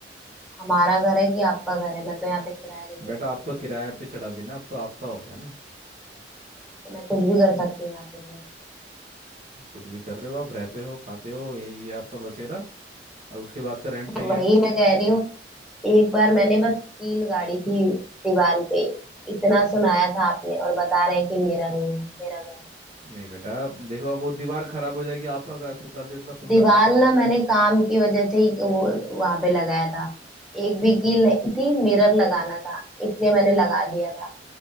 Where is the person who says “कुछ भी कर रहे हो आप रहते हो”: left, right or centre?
Right